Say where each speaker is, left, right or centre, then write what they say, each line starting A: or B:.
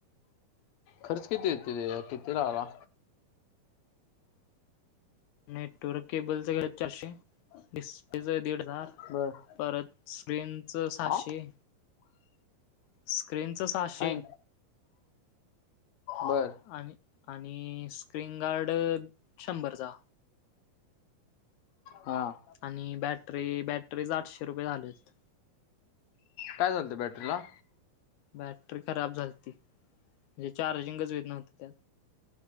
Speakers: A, on the left; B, on the left.
A: खर्च किती येत ते किती राहाला
B: नेटवर्क केबलचं गेलं चारशे डिस्प्लेच दीड हजार
A: बर
B: परत स््रींच सहाशेऽ
A: हा
B: स्क्रीनचं सहाशे
A: हाय बरं
B: आणि आणि स्क्रीन गार्ड शंभरचा
A: हम
B: आणि बॅटरी बॅटरीच आठशे रुपये झालेत
A: काय झाले ते बॅटरी ला
B: बॅटरी खराब झालती म्हणजे चार्जिंगच होते नव्हते त्यात